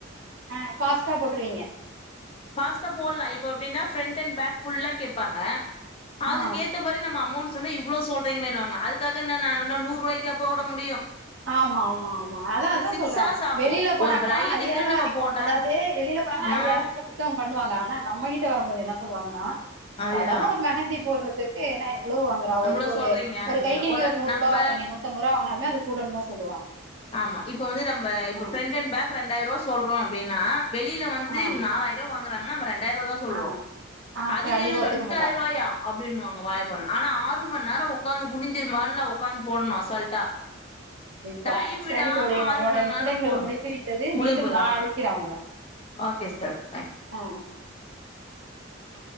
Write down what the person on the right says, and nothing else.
ஆ ஃபாஸ்ட்டா போட்டுருவீங்க
ஆ
ஆமா ஆமா ஆமா அதா அதா
சொல்றே
வெளியில போனாங்கன்னா
ஐயாயிர
வரைக்கு
அதாவது வெளியில போனாங்கன்னா
ஐயாயிரக்கூட கொடுத்து பண்ணுவாங்க ஆனா நம்மகிட்ட வரும்போது என்ன சொல்லுவாங்கன்னா
சாதாரண ஒரு மெகந்தி போறதுக்கு என்னா இது இவ்ளோ வாங்கறா
ஒரு ஒரு
ஒரு
கைக்கு நீங்க ஒரு நூறு
ருபா வாங்குறீங்க நூத்தம்பது ருபா வாங்கனாலுமே அது கூடன்னு தா சொல்லுவாங்க
ஆ
ஆ
ஆ ஆ
கண்டிப்பா
ஒத்துக்க
மாட்டாங்க
ப
செரி தோழி
நம்மளோட
நிமிடங்கள்
முடிந்து விட்டது
மீண்டும்
நாளைக்கு நா உங்கள
<unintelligible>